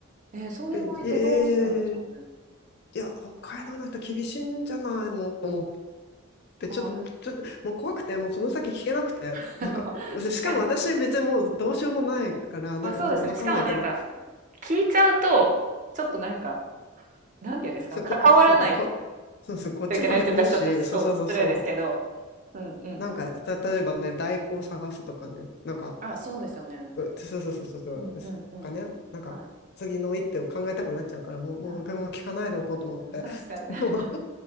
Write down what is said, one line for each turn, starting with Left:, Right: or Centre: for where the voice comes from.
Right: えー、そういう場合ってどうするんでしょうね。
Left: え、えーいや、北海道の人厳しいんじゃないのと思って、
Right: は
Left: ちょっともう、ちょっと、もう怖くて、もうその先聞けなくて、
Right: い。<laughs>
Left: なんか、
Right: まあ確かに。
Left: しかも私別にもうどうしようもないから、なんか、
Right: まあそうですね。
Left: なんでわかんないけど、
Right: しかもなんか、聞いちゃうと、ちょっとなんか、なんて言うんですか、
Left: そう、
Right: 関わらない
Left: こ、そうと、こ、そうそう、こっちもへこむし、
Right: といけないって言ったらちょっと、そう、
Left: そうそうそうそう、
Right: 失礼ですけど、うんうん。
Left: なんか、例えばね、代行を探すとかね、なんか、
Right: あ、そうですよね。
Left: うそうそうそうそうそう、
Right: うんうんうん。
Left: ですとかね、なんか、
Right: はい。
Left: 次の一手を考えたくなっちゃうから、もう、もう、
Right: はい。
Left: もう聞かないでおこうと思って、
Right: 確かに。
Left: <laughs> もう